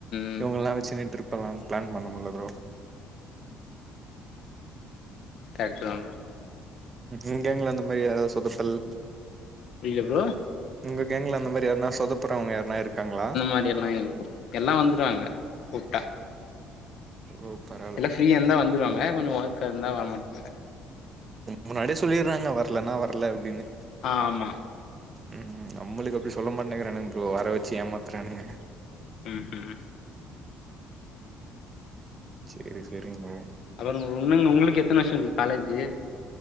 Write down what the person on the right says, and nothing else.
இவங்க எல்லாம் வச்சுன்னு ட்ரிப் எல்லாம் பிளான் பண்ண முடியாது
இங்க எங்க அந்த மாதிரி எதாவுது சொதப்பல்
உங்க கேங்ல அந்த மாதிரியாருனா சொதப்புறவங்க யாருனா இருக்காங்ளா
ஓ பர
முன்னாடியே சொல்லிர்றாங்க வரலனா வரல அப்டின்னு
ம் நம்மளுக்கு அப்டி சொல்ல மாட்டேங்கிறானு இ வர வச்சு ஏமாத்துறானுங்க
சேரி சேரிங்க